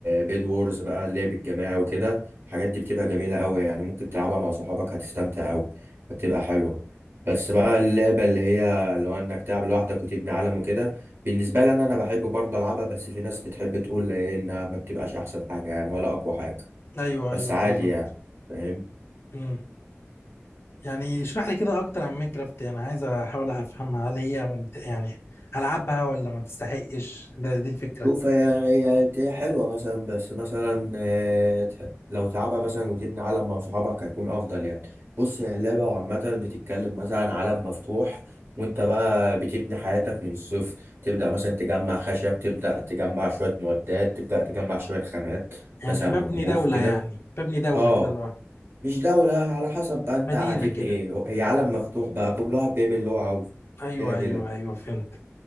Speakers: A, on the right (about 55°); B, on the left (about 60°).
A: بيد وورز بقى اللعب الجماعي وكده الحاجات دي بتبقى جميلة أوي يعني ممكن تلعبها مع صحابك هتستمتع أوي بتبقى حلوة بس بقى اللعبة اللي هي اللي هو إنك تلعب لوحدك وتبني عالم وكده بالنسبة لي أنا أنا بحب برضه ألعبها بس في ناس بتحب تقول إيه إنها ما بتبقاش أحسن حاجة يعني ولا أقوى حاجة
B: ايوه
A: بس
B: ايوه
A: عادي
B: بالظبط
A: يعني فاهم
B: امم يعني اشرح لي كده اكتر عن ماينكرافت انا عايز احاول افهمها هل هي ممتعة يعني العبها ولا ما تستحقش ده دي الفكرة
A: شوف هي هي هي حلوة مثلا بس مثلا آه، تح- لو تلعبها مثلا وتبني عالم مع صحابك هيكون أفضل يعني بص هي اللعبة عامة بتتكلم مثلا عن عالم مفتوح وأنت بقى بتبني حياتك من الصفر تبدأ مثلا تجمع خشب تبدأ تجمع شوية معدات تبدأ تجمع شوية خامات
B: يعني
A: مثلا
B: ببني
A: من كهوف
B: دولة
A: وكده
B: يعني ببني دولة
A: اه
B: كده اللي هو
A: مش دولة على حسب بقى أنت
B: مدينة
A: هتبني
B: كده
A: إيه هي عالم مفتوح بقى كل واحد بيعمل اللي هو عاوزه
B: ايوه
A: كده كده
B: ايوه ايوه فهمت